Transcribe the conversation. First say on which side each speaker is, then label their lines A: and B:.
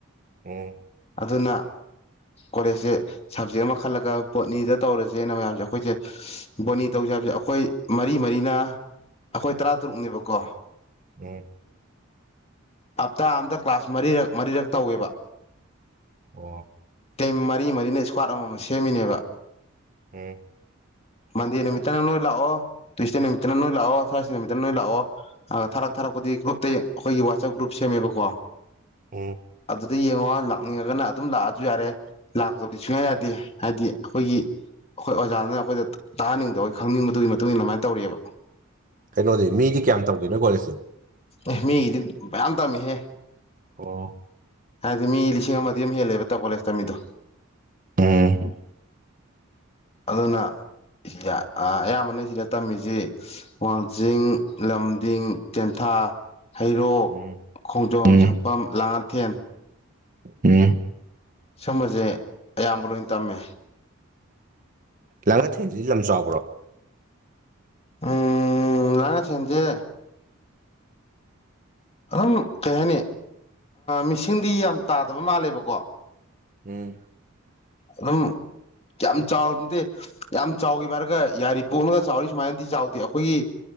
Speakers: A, on the right; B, on the left.
A: ꯍ
B: ꯑꯗꯨꯅ꯫ ꯀꯣꯂꯦꯖꯁꯦ ꯁꯕꯖꯦꯛ ꯑꯃ ꯈꯜꯂꯒ ꯄꯣꯠꯅꯤꯗ ꯇꯧꯔꯁꯦꯅ ꯃꯌꯥꯝꯁꯦ ꯑꯩꯈꯣꯏꯁꯦ ꯕꯣꯅꯤ ꯇꯧꯁꯦ ꯍꯥꯏꯕꯁꯦ ꯑꯩꯈꯣꯏ ꯃꯔꯤ ꯃꯔꯤꯅ ꯑꯩꯈꯣꯏ ꯇꯔꯥꯇꯔꯨꯛꯅꯦꯕꯀꯣ
A: ꯎꯝ
B: ꯍꯞꯇꯥ ꯑꯝꯗ ꯀ꯭ꯂꯥꯁ ꯃꯔꯤꯔꯛ ꯃꯔꯤꯔꯛ ꯇꯧꯋꯦꯕ꯫
A: ꯑꯣ꯫
B: ꯇꯤꯝ ꯃꯔꯤ ꯃꯔꯤꯅ ꯏꯁꯀ꯭ꯋꯥꯠ ꯑꯃ ꯑꯃ ꯁꯦꯝꯃꯤꯅꯦꯕ
A: ꯑꯦ
B: ꯃꯟꯗꯦ ꯅꯨꯃꯤꯠꯠꯇꯅ ꯅꯣꯏ ꯂꯥꯛꯑꯣ ꯇ꯭ꯨꯋꯁꯗꯦ ꯅꯨꯃꯤꯠꯇꯅ ꯅꯣꯏ ꯂꯥꯛꯑꯣ ꯊꯥꯔꯁꯗꯦ ꯅꯨꯃꯤꯠꯇꯅ ꯅꯣꯏ ꯂꯥꯛꯑꯣ꯫ ꯊꯥꯔꯛ ꯊꯥꯔꯛꯄꯗꯤ ꯒ꯭ꯔꯨꯞꯇ ꯑꯩꯈꯣꯏꯒꯤ ꯋꯥꯆꯞ ꯒ꯭ꯔꯨꯞ ꯁꯦꯝꯃꯦꯕꯀꯣ ꯑꯗꯨ
A: ꯎꯝ
B: ꯑꯗꯨꯗ ꯌꯦꯡꯉꯣ ꯂꯥꯛꯅꯤꯡꯉꯒꯅ ꯑꯗꯨꯝ ꯂꯥꯛꯑꯁꯨ ꯌꯥꯔꯦ ꯂꯥꯛꯇꯕꯗꯤ ꯁꯨꯡꯌꯥ ꯌꯥꯗꯦ ꯍꯥꯏꯗꯤ ꯑꯩꯈꯣꯏꯒꯤ ꯑꯩꯈꯣꯏ ꯑꯣꯖꯥꯗꯨꯅ ꯑꯩꯈꯣꯏꯗ ꯇꯥꯍꯅꯤꯡꯗꯕ ꯈꯪꯅꯤꯡꯕꯗꯨꯒꯤ ꯃꯇꯨꯡ ꯏꯟꯅ ꯑꯗꯨꯃꯥꯏꯅ ꯇꯧꯔꯤꯑꯕ
A: ꯀꯩꯅꯣꯗꯤ ꯃꯤꯗꯤ ꯀꯌꯥꯝ ꯇꯝꯒꯦ ꯅꯣꯢ ꯀꯣꯂꯦꯁꯇꯤ꯫
B: ꯑꯦ ꯃꯤꯒꯤꯗꯤ ꯃꯌꯥꯝ ꯇꯝꯃꯤꯍꯦ꯫
A: ꯑꯣ
B: ꯍꯥꯏꯗꯤ ꯃꯤ ꯂꯤꯁꯤꯡ ꯑꯃꯗꯤ ꯑꯃꯝ ꯍꯦꯜꯂꯦꯕ ꯇ ꯀꯣꯂꯦꯖꯇꯃꯤꯗꯣ
A: ꯎꯝ
B: ꯑꯗꯨꯅ ꯁꯤꯗ ꯑꯌꯥꯝꯕꯅ ꯁꯤꯗ ꯇꯝꯃꯤꯁꯤ ꯋꯥꯡꯖꯤꯡ ꯂꯝꯗꯤꯡ ꯇꯦꯟꯊꯥ꯫ ꯍꯩꯔꯣꯛ
A: ꯎꯝ
B: ꯈꯣꯡꯖꯣꯝ
A: ꯎꯝ
B: ꯁꯥꯄꯝ ꯂꯥꯡꯉꯥꯊꯦꯟ꯫
A: ꯎꯝ꯫
B: ꯁꯨꯝꯕꯁꯦ ꯑꯌꯥꯝꯕ ꯂꯣꯏ ꯇꯝꯃꯦ
A: ꯂꯥꯡꯒꯊꯦꯟꯁꯤꯗꯤ ꯂꯝ ꯆꯥꯎꯕ꯭ꯔꯣ
B: ꯎꯝ ꯂꯉ ꯁꯦꯟꯁꯦ ꯑꯗꯨꯝ ꯀꯩ ꯍꯥꯏꯅꯤ ꯃꯤꯁꯤꯡꯗꯤ ꯌꯥꯝ ꯇꯥꯗꯕ ꯃꯥꯜꯂꯦꯕꯀꯣ꯫
A: ꯎꯝ꯫
B: ꯑꯗꯨꯝ ꯀꯌꯥꯝ ꯆꯥꯎꯕ ꯅꯠꯇꯦ ꯌꯥꯝ ꯆꯥꯎꯈꯤ ꯚꯔꯒ ꯌꯥꯔꯤ ꯄꯣꯛꯂꯒ ꯆꯥꯎꯔꯤ ꯁꯨꯃꯥꯏꯅꯗꯤ ꯆꯥꯎꯗꯦ ꯑꯩꯈꯣꯏꯒꯤ